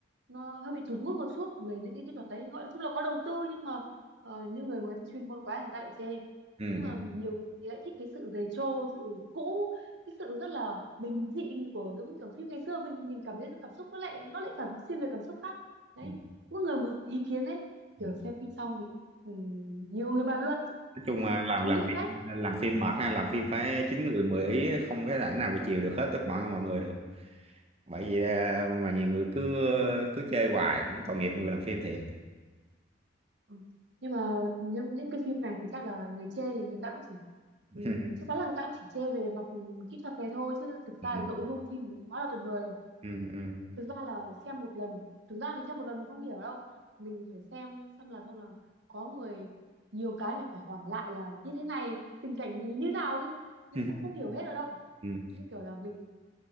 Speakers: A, on the right; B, on the right.
A: nó hơi bị tụt mood một chút về những cái kỹ thuật đấy gọi là, chung là có đầu tư nhưng mà ờ, những người mà người ta chuyên môn quá thì người ta lại chê
B: ừ
A: nhưng mà nhiều người thì lại thích cái sự dày trô sự cũ cái sự rất là bình dị của giống như kiểu phim ngày xưa mình mình cảm thấy cảm xúc nó lại nó lại cảm xuyên về cảm xúc khác đấy
B: ừ,
A: mỗi người một ý kiến đấy
B: ừ.
A: kiểu xem phim xong thì ừm, nhiều người bàn luận
B: nói chung
A: đấy
B: là làm
A: thú
B: làm
A: vị phết
B: làm phim mệt ha làm phim phải chín người mười ý không cái thể nào mà chiều được hết tất mọi mọi người được bởi vì à, mà nhiều người cứ cứ chơi hoài cũng tội nghiệp người làm phim thiệt
A: Ừ. nhưng mà những những cái phim này thì chắc là người chê thì người ta cũng chỉ
B: <laughs>
A: ừm, chắc chắn là người ta cũng chỉ chê về mặt ừm, kỹ thuật này thôi chứ thực
B: ừ
A: ra là nội dung phim thì quá là tuyệt vời rồi
B: ừ
A: thực ra là xem một lần thực ra mình xem một lần mình không hiểu đâu mình phải xem xong là xong là có người nhiều cái mình phải hỏi lại là như thế này tình cảnh như như nào đi mình
B: ừ
A: cũng không hiểu hết ở đâu
B: ừ
A: như kiểu là mình